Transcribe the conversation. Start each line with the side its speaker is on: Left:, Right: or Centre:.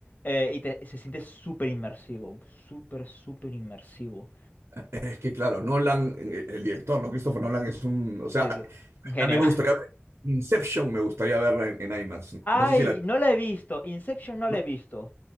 Left: eh, y te- se siente súper inmersivo. Súper, súper inmersivo.
Right: Es que claro, Nolan, eh, el director, ¿no? Christopher Nolan es un... O sea,
Left: Se- un genio.
Right: a mí me
Left: <laughs>
Right: gustaría ver Inception, me gustaría verla en, en IMAX. No sé
Left: Ay,
Right: si la...
Left: no la he visto. Inception no
Right: ¿no?
Left: la he visto.